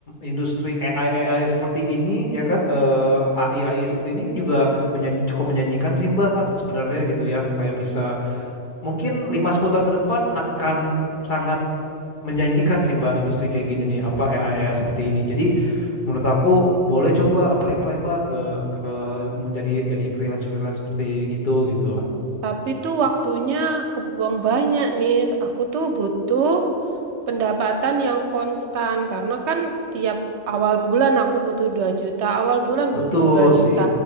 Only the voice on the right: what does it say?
Tapi tuh waktunya kebuang banyak nih. Aku tuh butuh pendapatan yang konstan karena kan tiap awal bulan aku butuh 2 juta, awal bulan butuh
2 juta.